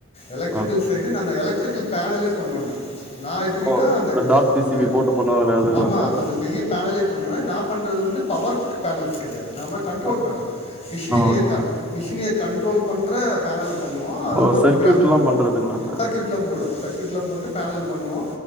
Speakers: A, on the left; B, in the centre.
A: எலக்ட்ரிக்கல்
B: ஆ
A: சைடு நா அந்த எலக்ட்ரிக்கல் பேனலே பண்ணுவே நானு நா எப்டின்னா
B: ஓ
A: அந்த
B: இந்த டாட் பி
A: அந்த
B: சி பி போட்டு பண்ணுவாங்களே அதுங்களா
A: ஆமா
B: சார்
A: அந்த பெரிய பேனலே பண்ணுவே நா பண்றது வந்து பவர் பேனல்ஸ் கெரடையாது நாம கண்ட்ரோல்
B: ஆ
A: பேனல் கிஷ்ஷிரியக்க
B: ஓகே
A: இது கண்ட்ரோல் பண்ற பேனல் பண்ணுவோ அது இல்லாமல்
B: ஓ சர்க்யூட்லா
A: ப்ரோக்ராம் பண்ணுவாங்க
B: பண்றதுங்களா சார்
A: சர்க்கியூட்டாலா போடுவாங்க சர்க்கியூடலா போட்டு பேனல் பண்ணுவோ